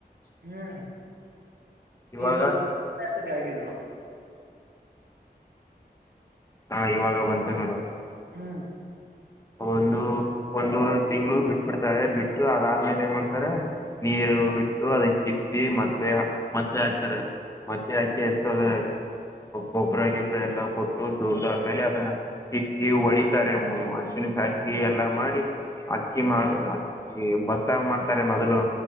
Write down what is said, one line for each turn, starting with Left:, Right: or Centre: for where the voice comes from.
Right: ಹ್ಮ್
Left: ಇವಾಗ
Right: ಇದು ಒಂದು ಜೊತಿ ಆಗಿದ
Left: ಹಾ ಇವಾಗ ಬಂತು ನೋಡು
Right: ಹ್ಮ್
Left: <unintelligible> ಒಂದು ಒಂದು ವರೇತಿಂಗಳು ಬಿಟ್ಬಿಡ್ತಾರೆ ಬಿಟ್ಟು ಅದಾದ್ಮೇಲೆ ಏನ್ ಮಾಡ್ತಾರೆ ನೀರು ಬಿಟ್ಟು ಅದ ಕಿತ್ತಿ ಮತ್ತೆ ಮತ್ತೆ ಹಾಕ್ತಾರೆ ಮತ್ತೆ ಹಾಕಿ ಎಷ್ಟೋದ ಗೊಬ್ಬ್ರ ಗೊಬ್ಬ್ರ ಎಲ್ಲಾ ಕೊಟ್ಟು ದೊಡ್ಡ್ದ ಆದ್ಮೇಲೆ ಅದನ್ನ ಕಿಟ್ಟಿ ಹೊಡಿತಾರೆ ಮೊಮ್ಮ ಹಾಕಿ ಎಲ್ಲಾ ಮಾಡಿ ಅಕ್ಕಿ ಮಾಡ ಅಕ್ಕಿ ಭತ್ತ ಮಾಡ್ತಾರೆ ಮೊದಲು